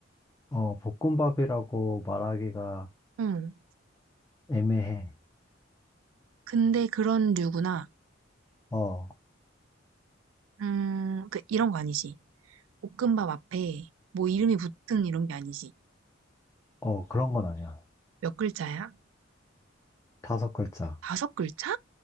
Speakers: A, on the left (about 15°); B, on the right (about 85°).
A: 어, 볶음밥이라고 말하기가
B: 응.
A: 애매해.
B: 근데 그런 류구나.
A: 어,
B: 음, 그, 이런 거 아니지. 볶음밥 앞에 뭐 이름이 붙은 이런 게 아니지.
A: 어, 그런 건 아니야.
B: 몇 글자야?
A: 다섯 글자.
B: 다섯 글자?